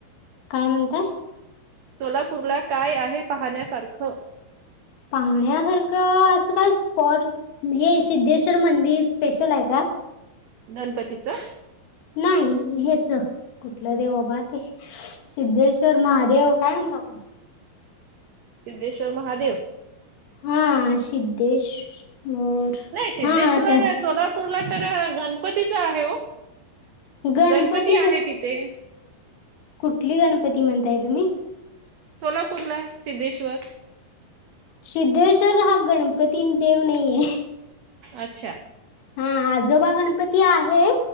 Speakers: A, on the left; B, on the right.
A: काय म्हणताय?
B: सोलापूर ला काय आहे पाहण्यासारखं?
A: पाहण्यासारखं असं काय स्पॉट हे सिद्धेश्वर मंदिर स्पेशल आहे का.
B: गणपतीचं.
A: नाही हेच कुठलं देवबा ते. सिद्धेश्वर महादेव काय म्हणतो आपण.
B: सिद्धेश्वर महादेव.
A: हा सिद्धेश्वर.
B: नाही सिद्धेश्वर
A: हा त्या
B: सोलापूरला तर गणपतीच आहे हो.
A: गणपतीच
B: गणपती आहे तिथे‌.
A: कुठली गणपती म्हणताय तुम्ही?
B: सोलापूर ला सिद्धेश्वर.
A: सिद्धेश्वर हा गणपती देव नाहीये.
B: अच्छा!
A: हा आजोबा गणपती आहे